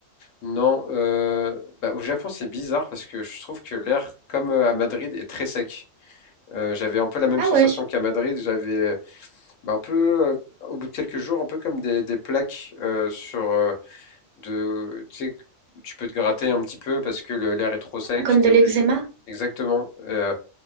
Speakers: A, on the left (about 75°); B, on the right (about 70°).
A: non, euh, bah, au Japon c'est bizarre parce que je trouve que l'air, comme euh, à Madrid, est très sec. Euh, j'avais un peu la même
B: Ah
A: sensation
B: ouais,
A: qu'à Madrid. J'avais euh, bah, un peu, euh, au bout de quelques jours, un peu comme des, des plaques euh, sur euh, de, tu sais, où tu peux te gratter un petit peu parce que le- l'air est trop sec.
B: comme
A: T'es
B: de
A: obligé.
B: l'eczéma?
A: Exactement. Euh,